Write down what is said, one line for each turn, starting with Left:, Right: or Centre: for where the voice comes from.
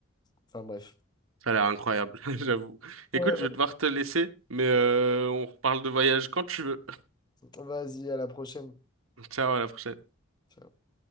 Left: enfin bref.
Right: Ça a l'air incroyable, <laughs> j'avoue.
Left: Ouais,
Right: Écoute, je vais devoir te laisser, mais euh, on reparle de voyage quand tu veux.
Left: ouais, vas-y, à la prochaine.
Right: Ciao, à la prochaine.
Left: Ciao.